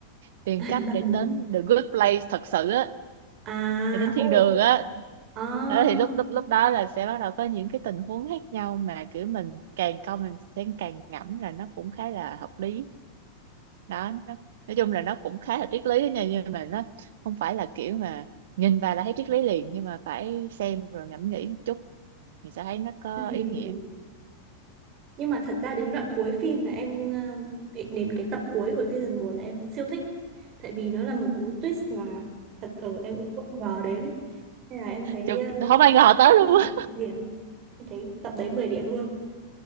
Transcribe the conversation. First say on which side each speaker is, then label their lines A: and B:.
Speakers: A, on the right; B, on the right.
A: <laughs>
B: tìm
A: à,
B: cách
A: bằng
B: để
A: nhiều
B: đến the good place thật sự á
A: à
B: thì đến thiên
A: ui
B: đường á
A: à,
B: đó thì lúc lúc lúc đó là sẽ bắt đầu có những cái tình huống khác nhau mà kiểu mình càng coi mình sẽ càng ngẫm là nó cũng khá là hợp lý đó nó, nói chung là nó cũng khá là triết lý đó nha nhưng mà nó không phải là kiểu mà nhìn vào là thấy triết lý liền nhưng mà phải xem rồi ngẫm nghĩ một chút thì sẽ thấy nó có
A: ừ.
B: ý nghĩa
A: nhưng mà thật ra đến đoạn cuối phim là em ờ, đến đến cái tập cuối của season một là em siêu thích tại vì nó là một cú twist mà thật ở em cũng không ngờ đến ấy nên là em thấy
B: Chứ
A: uh,
B: không ai ngờ tới
A: 10
B: luôn
A: điểm
B: á
A: 10 điểm. em thấy tập đấy 10 điểm luôn